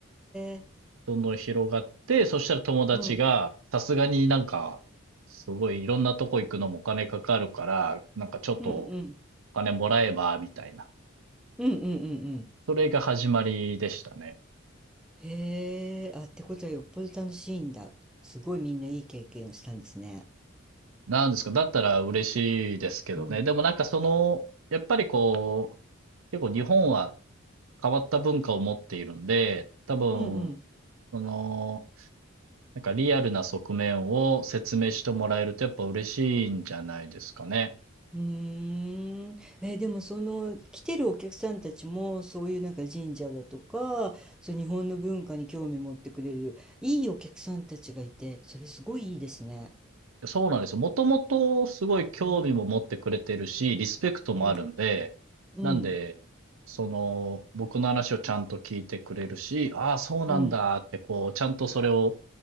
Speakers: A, in the centre; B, on the right.
A: え。
B: どんどん広がって、そしたら友達が、
A: うん。
B: さすがになんか、すごいいろんなとこ行くのもお金かかるから、なんかちょっとお
A: うんうん。
B: 金もらえば、みたいな。
A: うんうんうんうん。
B: それが始まりでしたね。
A: へえ。あ、ってことはよっぽど楽しいんだ。すごいみんないい経験をしたんですね。
B: なんですか、だったら嬉しいですけどね。
A: うん。
B: でもなんかその、やっぱりこう、結構日本は変わった文化を持っているんで、多分、
A: うんうん。
B: その、なんかリアルな側面を説明してもらえるとやっぱ嬉しいんじゃないですかね。
A: うーん。えーでもその来てるお客さんたちもそういうなんか神社だとか、そう日本の文化に興味持ってくれるいいお客さんたちがいて、それすごいいいですね。
B: そうなんですよ。もともとすごい興味も持ってくれてるし、
A: うん。
B: リスペクトもあるんで、
A: うん。うん。
B: なんで、その、僕の話をちゃんと聞いてくれるし、ああ、そうなんだって、
A: うん。
B: こう、ちゃんとそれを、